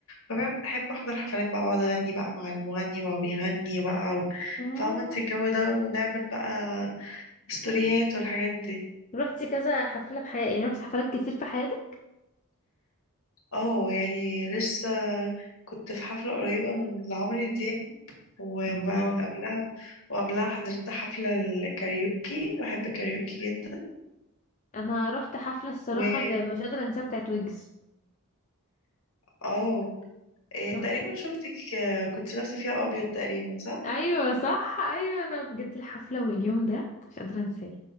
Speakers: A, on the left; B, on the left.
A: فبحب أحضر حفلات بقى وأقعد أغني بقى مع المغني وهو بيغني بقى و...
B: اه
A: فاهمة انت الجو ده ونعمل بقى ستوريهات والحاجات دي
B: رحتي كذا حفلة في حياتك يعني رحتي حفلات كتير في حياتك
A: اه يعني لسه كنت في حفلة قريبة من لعمرو دياب وبعد
B: الله
A: قبلها وقبلها حضرت حفلة الكاريوكي بحب الكاريوكي جدا
B: انا رحت حفلة الصراحة
A: و
B: اللي مش قادرة انساها بتاعت ويجز
A: اه إيه
B: تحفة
A: تقريبا شفتك آه، كنت لابسة فيها أبيض تقريبا صح؟
B: ايوه صح ايوه انا بجد الحفلة واليوم ده مش قادرة انساه